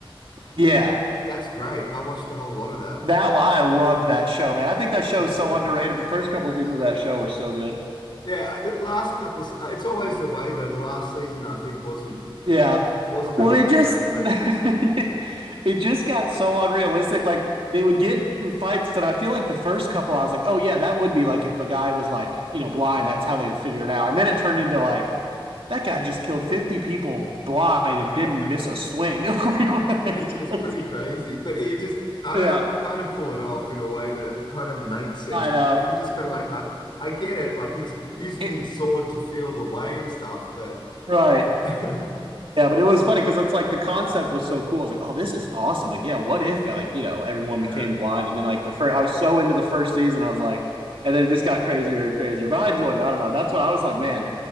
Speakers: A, on the right; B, on the left.
A: Yeah.
B: That's great. I watched a whole lot of that.
A: That I loved that show, man. I think that
B: He
A: show
B: was
A: is so
B: good.
A: underrated. The first couple of seasons of that show were so good.
B: Yeah, uh, the last couple of se- uh, it's always the way though. The last season I think wasn't
A: Yeah.
B: wasn't
A: Well,
B: all
A: they
B: that
A: just
B: great, but
A: <laughs> it just got so unrealistic. Like they would get in fights that I feel like the first couple, I was like, oh yeah, that would be like if a guy was like you know blind, that's how they would figure it out. And then it turned into like that guy just killed fifty people blind and
B: <laughs>
A: didn't miss a swing. <laughs> like, what?
B: it's it's
A: <laughs>
B: pretty crazy. But it just I don't
A: yeah,
B: know. They kind of pull it off in a way that it kind of makes sense.
A: I know.
B: You just kind of like I I get it. Like he's using
A: It,
B: his sword to feel the way and stuff, but <laughs>
A: right. Yeah, but it was funny because it's like the concept was so cool. I was like, oh, this is awesome. Like, yeah, what if like, you know, everyone became
B: yeah.
A: blind and then like the first I was so into the first season, I was like, and then it just got crazier and crazier. But I enjoyed it. I don't know. That's what I was like, man,